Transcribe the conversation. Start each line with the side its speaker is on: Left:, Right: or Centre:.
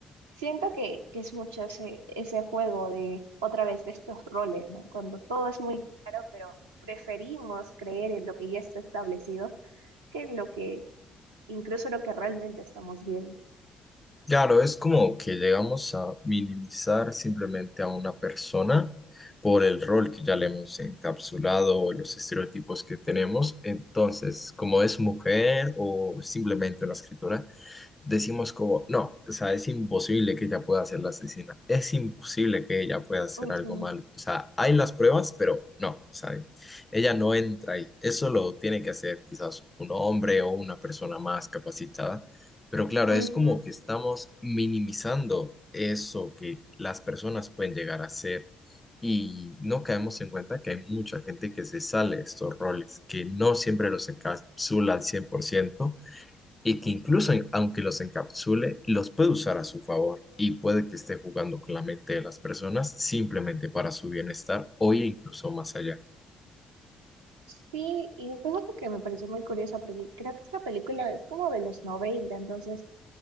Right: siento que, que es mucho ese, ese juego de, otra vez, de estos roles, ¿no? Cuando todo es muy claro, pero preferimos creer en lo que ya está establecido que en lo que, incluso lo que realmente estamos viendo.
Left: Claro, es como que llegamos a minimizar simplemente a una persona por el rol que ya le hemos encapsulado o los estereotipos que tenemos. Entonces, como es mujer o simplemente una escritora, decimos como, no, o sea, es imposible que ella pueda ser la asesina, es imposible que ella pueda hacer
Right: Ujú.
Left: algo malo, o sea, hay las pruebas, pero no, o sea, ella no entra ahí, eso lo tiene que hacer quizás un hombre o una persona más capacitada, pero claro,
Right: Ujú.
Left: es como que estamos minimizando eso que las personas pueden llegar a hacer. Y no caemos en cuenta que hay mucha gente que se sale de estos roles, que no siempre los encapsula al 100% y que incluso aunque los encapsule, los puede usar a su favor y puede que esté jugando con la mente de las personas simplemente para su bienestar o incluso más allá.
Right: Sí, y fíjate que me pareció muy curiosa porque creo que esta película es como de los noventa entonces